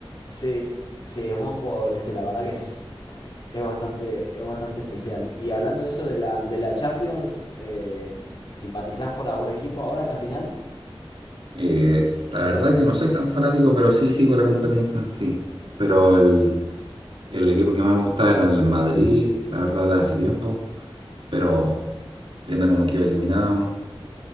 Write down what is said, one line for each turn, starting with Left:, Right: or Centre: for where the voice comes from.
Left: Sí, sí, es buen jugador ese, la verdad que es, es bastante, es bastante especial. Y hablando de eso de la, de la Champions, eh, ¿simpatizás por algún equipo ahora en la final?
Right: Eh, la verdad que no soy tan fanático, pero sí sigo la competencia en sí. Pero el, el equipo que más me gustaba era el Madrid, la verdad, de hace tiempo, pero viendo cómo quedó eliminado.